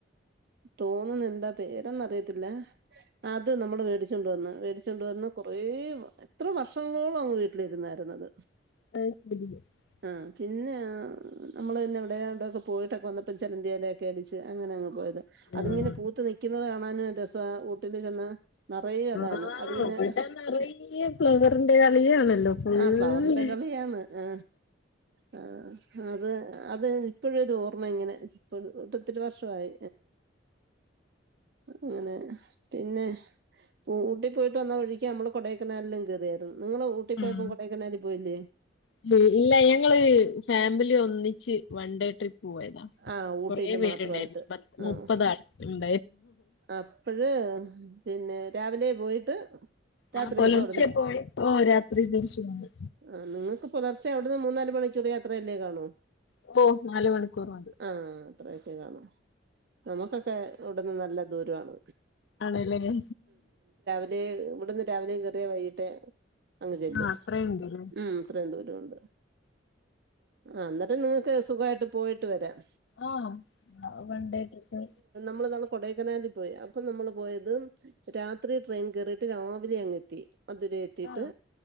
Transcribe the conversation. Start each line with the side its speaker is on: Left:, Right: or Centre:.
Right: തോന്നുന്ന് എന്താ പേരെന്ന് അറിയത്തില്ല അ ത്ത് നമ്മള് വേണ്ടിച്ചോണ്ട് വന്ന് വേണ്ടിച്ചോണ്ട് വന്ന് കൊറേ എത്ര വർഷങ്ങളോളം അങ്ങ് വീട്ടിലിരുന്നായിരുന്നത്
Left: <inaudible>
Right: ആ പിന്നെ നമ്മള് പിന്നെ അവിടെയിവിടെ പോയിട്ടൊക്കെ വന്നപ്പം ചെലന്തിയാലൊക്കെ അടിച്ച് അങ്ങനെ അങ്ങ് പോയത്.
Left: ആഹ്
Right: അതിങ്ങനെ പൂത്ത് നിക്കുന്നത് കാണാനും ഒരു രസാ ഊട്ടില് ചെന്നാ നിറയെ അതാണ്
Left: ആ
Right: അത് പിന്നെ
Left: അവടെ നെറയ്യെ ഫ്ലവറിന്റെ കളിയാണല്ലോ ഫുള്ള്
Right: ആ ഫ്ലവറിന്റെ കളിയാണ് ആ ആ അതേ അ അതെ ഇപ്പഴൊരോർമ്മ ഇങ്ങനെ ട്ട് ഒത്തിരി വർഷമായി അങ്ങനെ. പിന്നെ ഊട്ടി പോയിട്ട് വന്ന വഴിക് നമ്മള് കൊടേക്കനാലിലും കെറിയാരുന്ന് നിങ്ങള് ഊട്ടിപ്പോയപ്പം
Left: ഉം
Right: കൊടേക്കനാലി പോയില്ലേ.
Left: <unintelligible> ഇല്ല ഞങ്ങള് ഫാമിലി ഒന്നിച്ച് വൺ ഡേ ട്രിപ് പോയതാ,
Right: ആഹ് ഊട്ടിയില്
Left: കൊറെ പേരിണ്ടായിരുന്നു
Right: മാത്രമായിട്ട്
Left: പത് മുപ്പതാൾ
Right: ആഹ്
Left: മ്
Right: അപ്പഴ് പിന്നെ രാവിലെ പോയിട്ട് രാത്രിയായപ്പോ
Left: ആഹ് പുലർച്ചെ
Right: അവിടുന്ന്
Left: പോയി ഓ രാത്രി തിരിച്ച് വന്ന്.
Right: ആഹ് നിങ്ങൾക്ക് പുലർച്ചെ അവിടുന്ന് മൂന്നാല് മണിക്കൂറ് യാത്രയല്ലേ കാണൂ.
Left: ഓ നാല് മണിക്കൂർ മതി
Right: ആഹ് അത്രയൊക്കെ കാണും. നമുക്കൊക്കെ ഇവ്ട്ന്ന് നല്ല ദൂരാണ്.
Left: ആണ് ല്ലേ.
Right: ലേ ഇവടുന്ന് രാവിലെ കേറിയാ വൈകട്ടേ അങ്ങ് ചെല്ലു
Left: ആ അത്രയുണ്ടല്ലേ
Right: ഉം അത്രയുംദൂരം. രോണ്ട് അന്നിട്ട് നിങ്ങക്ക് സുഖായിട്ട് പോയിട്ട് വെരാം.
Left: ആഹ്അത് വൺണ്ടേ ട്രിപ്പ്
Right: നമ്മളന്നാള് കൊടൈക്കനാലിൽ പോയി, അപ്പം നമ്മള് പോയത് രാത്രി ട്രെയിൻ കേറീട്ട് രാവിലെ അങ്ങെത്തി. മധുരൈ എത്തീട്ട്
Left: ആ